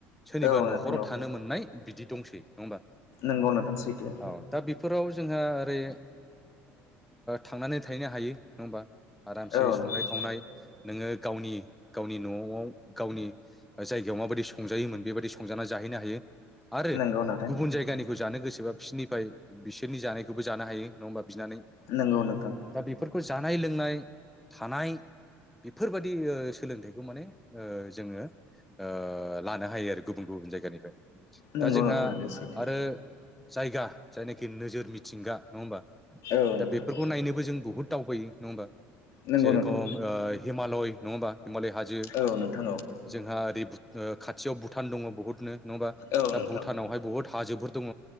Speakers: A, in the centre; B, on the left.
A: सोरनिबा
B: औ नोंथां
A: न'खराव
B: औ
A: थानो मोननाय बिदि दंसै। नङा होमबा
B: नोंगौ नोंथां सैथो
A: औ दा बेफोराव जोंहा ओरै थांनानै थाहैनो हायो नङा होमबा? आरामसे
B: औ नोंथां
A: संनाय खावनाय नोङो गावनि गावनि न'आव गावनि जायगायाव माबायदि संजायोमोन बेबायदि संजाना जाहै हैनो हायो। आरो
B: नोंगौ नोंथां
A: गुबुन जायगानिखौ जानो गोसोबा बिसोरनिफ्राय बिसोरनि जानायखौबो जानो हायो नङा होमबा? बिनानै
B: नोंगौ नोंथां
A: दा बेफोरखौ जानाय लोंनाय थानाय बेफोरबायदि सोलोंथाइखौ माने जोङो ओ लानो हायो आरो गुबुन गुबुन जायगानिफ्राय
B: नोंगौ
A: दा जोंहा
B: नोंथां नोंगौ सैथो
A: आरो जायगा जायनाखि नोजोर मिथिंगा नङा होमबा
B: औ
A: दा
B: नोंथां
A: बेफोरखौ नायनोबो जों बुहुद दावबोयो नङा होमबा
B: नोंगौ
A: जेरेखम
B: नोंथां
A: हिमालय नङा होमबा? हिमालय हाजो
B: औ नोंथां औ
A: जोंहा ओरै खाथियाव भुटान दङ बहुतनो। नङाबा
B: औ
A: दा
B: नोंथां
A: भुटानावहाय बुहुत हाजोफोर दङ